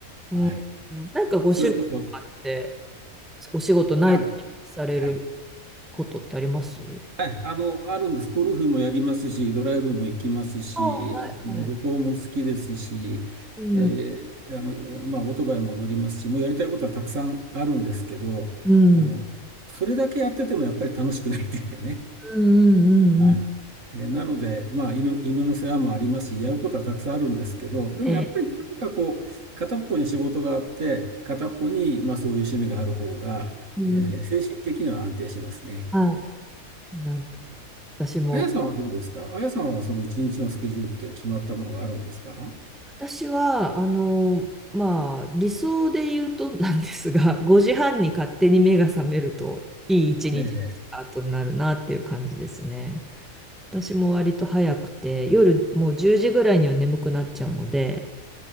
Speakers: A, in the centre; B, on the right.
A: うん、
B: はい
A: なんかご趣味とかあって、
B: それこそ、
A: お仕事ない時にされる
B: あ、はい。
A: ことってあります
B: はい、あの、あるんです。ゴルフもやりますし、ドライブも行きますし、
A: ああ、は
B: あの旅行も好きですし、
A: いはい。うん、
B: えーあの、まあ、オートバイも乗りますし、もうやりたいことはたくさんあるんですけど、
A: うん、
B: あの、それだけやっててもやっぱり楽しくないですよね。
A: うん、うん、うん。
B: はい。
A: うん
B: えーなので、まあ、犬、犬の世話もありますし、やることはたくさんあるんですけど、でもやっぱりなんかこう、
A: ええ
B: 片っぽに仕事があって、片っぽに、まあ、そういう趣味がある方が、
A: うん
B: えー精神的には安定しますね。
A: はい。なん私も、
B: あやさんはどうですかあやさんはその一日のスケジュールって決まったものがあるんですか
A: 私は、あの、まあ、理想で言うとなんですが、5時半に勝手に目が覚めると、いい一日のスタートになるなっていう感じですね。
B: ええ。
A: 私も割と早くて、夜もう10時ぐらいには眠くなっちゃうので、